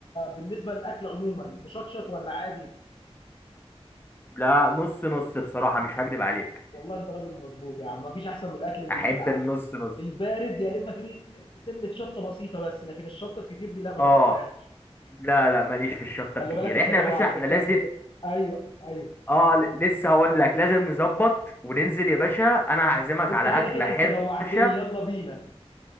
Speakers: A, on the left (about 50°); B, on the left (about 20°).
A: بالنسبه للاكل عموما مشطشط ولا عادي
B: لا نص نص بصراحة مش هكدب عليك
A: والله انت راجل مظبوط يا عم مفيش احسن من الاكل ال-
B: احب النص نص
A: البارد يا اما في سنه شطه بسيطه بس لكن الشطه الكتير دي لا ما
B: اه
A: بحبهاش
B: لا لا ماليش في الشطة
A: خلي
B: الكتير
A: بالك انت
B: احنا
A: جوعت
B: يا باشا احنا
A: انت
B: لازم
A: ايوه ايوه
B: اه ل- لسه هقول لك لازم نظبط وننزل يا باشا انا هعزمك
A: انت
B: على
A: كده
B: اكلة
A: كده
B: حرشة
A: انت جوعتني يلا بينا